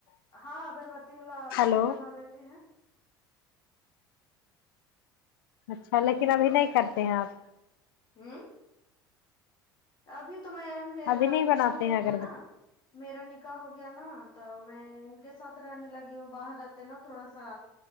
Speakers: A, on the left; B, on the left.
A: ہاں اگربتی والا ابھی
B: ہلو
A: بھی بنا لیتے ہیں
B: اچھا لیکن ابھی نہیں کرتے ہیں آپ
A: ہوں ابھی تو میں میرا
B: ابھی نہیں بناتے
A: نکاح ہو
B: ہیں اگربتی
A: گیا نا میرا نکاح ہو گیا نا تو میں ان کے ساتھ رہنے لگی ہوں باہر رہتے نا تھوڑا سا